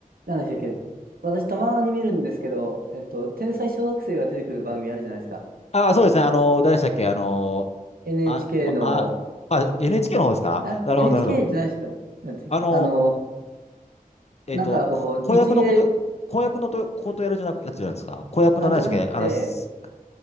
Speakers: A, on the right; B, on the left.
A: ー、なんでしたっけ。私、たまに見るんですけど、えっと、天才小学生が出てくる番組あるじゃないですか。
B: ああ、そうですね。あの、誰でしたっけあの、
A: NHK
B: あ、ま、
A: の、
B: あ、あ、NHK の方ですかなるほど、
A: あ、NHK
B: なるほど。
A: じゃないですか。なんていうっけあの
B: あの、えっと、
A: なんかこう、
B: こ子役のこと、
A: 一芸、
B: 子役のと、ことやるじゃなく、やつじゃないですか。子役の何でしたっけあらす、
A: あ、じゃなくて、